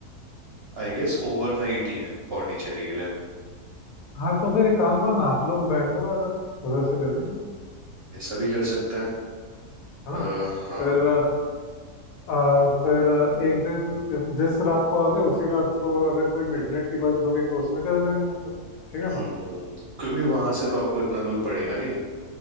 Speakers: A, on the right (about 55°); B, on the left (about 70°).
A: आई गेस ओवरनाइट ही है पौंडीचेरी के लिए
B: हाँ तो फिर एक काम करो ना आप लोग बैंगलोर आ जाओ उधर से चलेंगे
A: ऐसा भी कर सकते हैं
B: है
A: अ,
B: ना
A: हाँ
B: फिर अ, फिर एक दिन जिस रात को आओगे उसी रात को अगर कोई मिडनाइट की बस होगी तो उसमें चले जाएंगे अपन ठीक है
A: हम्म,
B: ना
A: क्योंकि वहां से तो आपको इतना दूर पड़ेगा नहीं